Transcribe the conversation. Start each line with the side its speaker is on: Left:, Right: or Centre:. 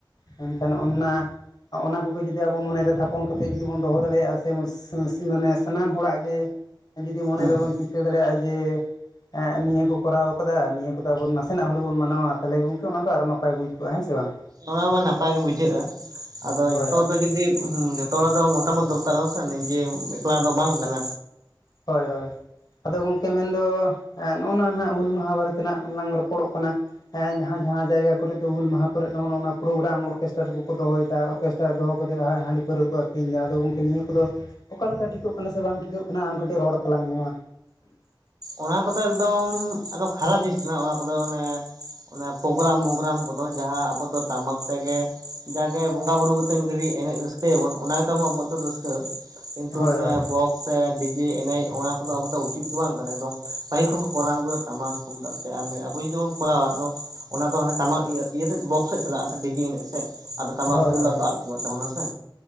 Left: ᱢᱮᱱᱠᱷᱟᱱ ᱚᱱᱟ ᱚᱱᱟ ᱠᱚᱜᱮ ᱡᱩᱫᱤ ᱟᱵᱚ ᱢᱚᱱᱮᱨᱮ ᱛᱷᱟᱯᱚᱱ ᱠᱟᱛᱮ ᱡᱩᱫᱤ ᱵᱚᱱ ᱫᱚᱦᱚ ᱫᱟᱲᱮᱭᱟᱜᱼᱟ ᱥᱮ ᱢᱟᱱᱮ ᱥᱟᱱᱟᱢ ᱦᱚᱲᱟᱜ ᱜᱮ ᱡᱩᱫᱤ ᱢᱚᱱᱮ
Right: ᱦᱮᱸ
Left: ᱨᱮᱵᱚᱱ
Right: ᱦᱮᱸ
Left: ᱴᱤᱠᱟᱹᱣ ᱫᱟᱲᱮᱭᱟᱜᱼᱟ ᱡᱮ ᱱᱤᱭᱟᱹ ᱠᱚ ᱠᱚᱨᱟᱣ ᱟᱠᱟᱫᱟ ᱱᱤᱭᱟᱹ ᱠᱚᱫᱚ ᱟᱵᱚ ᱱᱟᱥᱮᱱᱟᱜ ᱦᱚᱞᱮ ᱵᱚᱱ ᱢᱟᱱᱟᱣᱟ ᱛᱟᱦᱚᱞᱮ ᱜᱚᱝᱠᱮ ᱚᱱᱟᱫᱚ ᱟᱨᱚ ᱱᱟᱯᱟᱭ ᱵᱩᱡᱽ ᱠᱚᱜᱼᱟ ᱦᱮᱸ ᱥᱮ ᱵᱟᱝ
Right: ᱚᱱᱟ ᱢᱟ ᱱᱟᱯᱟᱭ ᱜᱮ ᱵᱩᱡᱷᱟᱹᱜᱼᱟ ᱟᱫᱚ
Left: ᱦᱳᱭ
Right: ᱡᱷᱚᱛᱚ
Left: ᱦᱳᱭ
Right: ᱫᱚ ᱡᱩᱫᱤ ᱦᱩ ᱡᱷᱚᱛᱚ ᱦᱚᱲᱟᱜ ᱫᱚ ᱢᱚᱛᱟᱢᱚᱛ ᱫᱚᱨᱠᱟᱨᱚᱜ ᱥᱮ ᱡᱮ ᱮᱠᱞᱟ ᱫᱚ ᱵᱟᱝ ᱠᱟᱱᱟ
Left: ᱦᱳᱭ ᱦᱳᱭ ᱟᱫᱚ ᱜᱚᱢᱠᱮ ᱢᱮᱱᱫᱚ ᱱᱚᱜᱼᱚ ᱱᱟ ᱦᱟᱹᱜ ᱦᱩᱞ ᱢᱟᱦᱟ ᱵᱟᱨᱮᱛᱮ ᱦᱟᱸᱜ ᱞᱟᱝ ᱨᱚᱯᱚᱲᱚᱜ ᱠᱟᱱᱟ ᱦᱮᱸ ᱡᱟᱦᱟᱸ ᱡᱟᱦᱟᱸ ᱡᱟᱭᱜᱟ ᱠᱚᱨᱮ ᱫᱚ ᱦᱩᱞ ᱢᱟᱦᱟ ᱠᱚᱨᱮ ᱫᱚ ᱚᱱᱟ ᱯᱨᱳᱜᱨᱟᱢ ᱚᱨᱠᱮᱥᱴᱟᱨ ᱠᱚᱠᱚ ᱫᱚᱦᱚᱭᱮᱫᱟ ᱚᱨᱠᱮᱥᱴᱟᱨ ᱫᱚᱦᱚ ᱠᱟᱛᱮᱫ ᱦᱟᱺᱰᱤ ᱯᱟᱹᱣᱨᱟᱹ ᱠᱚ ᱟᱹᱠᱷᱨᱤᱧ ᱮᱫᱟ ᱟᱫᱚ ᱜᱚᱢᱠᱮ ᱱᱤᱭᱟᱹ ᱠᱚᱫᱚ ᱚᱠᱟ ᱞᱮᱠᱟ ᱴᱷᱤᱠᱚᱜ ᱠᱟᱱᱟ ᱥᱮ ᱵᱟᱝ ᱴᱷᱤᱠᱚᱜ ᱠᱟᱱᱟ ᱟᱢ ᱠᱟᱹᱴᱤᱡ ᱨᱚᱲ ᱛᱟᱞᱟᱝ ᱢᱮ ᱢᱟ
Right: ᱚᱱᱟ ᱠᱚᱫᱚ ᱮᱠᱫᱚᱢ ᱟᱫᱚ ᱠᱷᱟᱨᱟᱯ ᱡᱤᱱᱤᱥ ᱠᱟᱱᱟ ᱚᱱᱟ ᱠᱚᱫᱚ ᱚᱱᱮ ᱚᱱᱮ ᱯᱨᱳᱜᱨᱟᱢ ᱢᱳᱜᱨᱟᱢ ᱠᱚᱫᱚ ᱡᱟᱦᱟᱸ ᱟᱵᱚᱫᱚ ᱴᱟᱢᱟᱠ ᱛᱮᱜᱮ ᱡᱟᱜᱮ ᱵᱚᱸᱜᱟ ᱵᱩᱨᱩ ᱠᱟᱛᱮᱫ ᱢᱤᱫ ᱜᱷᱟᱹᱲᱤᱡ ᱮᱱᱮᱡ ᱨᱟᱹᱥᱠᱟᱹᱭᱟᱵᱚᱱ ᱚᱱᱟ ᱜᱮ ᱛᱟᱵᱚᱱ ᱟᱵᱚᱣᱟᱜ ᱫᱚ ᱨᱟᱹᱥᱠᱟᱹ ᱫᱚ ᱠᱤᱱᱛᱩ
Left: ᱦᱳᱭ ᱦᱳᱭ
Right: ᱵᱚᱠᱥ ᱥᱮ ᱰᱤᱡᱮ ᱮᱱᱮᱡ ᱚᱱᱟ ᱠᱚᱫᱚ ᱟᱵᱚ ᱫᱚ ᱩᱪᱤᱛ ᱜᱮ ᱵᱟᱝ ᱠᱟᱱᱟ ᱮᱠᱫᱚᱢ ᱯᱟᱹᱦᱤᱞ ᱠᱷᱚᱱ ᱠᱚ ᱠᱚᱨᱟᱣ ᱟᱹᱜᱩᱫᱟ ᱴᱟᱢᱟᱠ ᱛᱩᱢᱫᱟᱜ ᱛᱮ ᱟᱨ ᱟᱵᱚ ᱡᱩᱫᱤ ᱵᱚᱱ ᱠᱚᱨᱟᱣᱟ ᱟᱫᱚ ᱚᱱᱟ ᱫᱚ ᱦᱟᱱᱮ ᱴᱟᱢᱟᱠ ᱤᱭᱟᱹ ᱤᱭᱟᱹ ᱥᱮᱫ ᱵᱚᱠᱥ ᱥᱮᱫ ᱪᱟᱞᱟᱜᱼᱟ ᱥᱮ ᱰᱤᱡᱮ ᱮᱱᱮᱡ ᱥᱮᱫ ᱟᱫᱚ ᱴᱟᱢᱟᱠ
Left: ᱦᱳᱭ
Right: ᱛᱩᱢᱫᱟᱜ
Left: ᱦᱳᱭ
Right: ᱫᱚ ᱟᱫ ᱪᱟᱵᱟᱜ ᱛᱟᱵᱚᱱᱟ ᱥᱮ